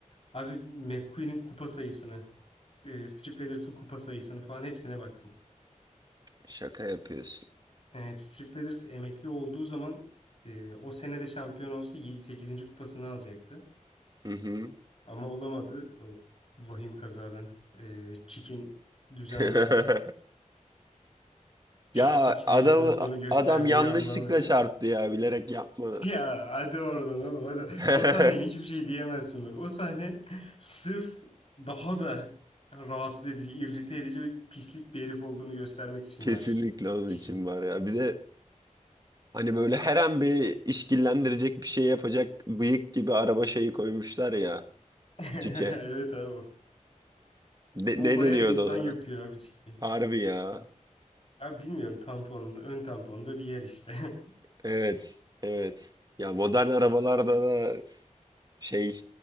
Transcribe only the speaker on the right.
Şaka yapıyorsun.
Hı hı.
<laughs>
Ya adam
adam yanlışlıkla
çarptı ya bilerek yapmadı.
<laughs>
Kesinlikle
onun
için var ya. Bir de hani böyle her an bir işkillendirecek bir şey yapacak bıyık gibi araba şeyi koymuşlar ya.
Cike.
Ne,
ne
deniyordu
ona?
Harbi ya.
Evet. Evet. Ya modern arabalarda da şey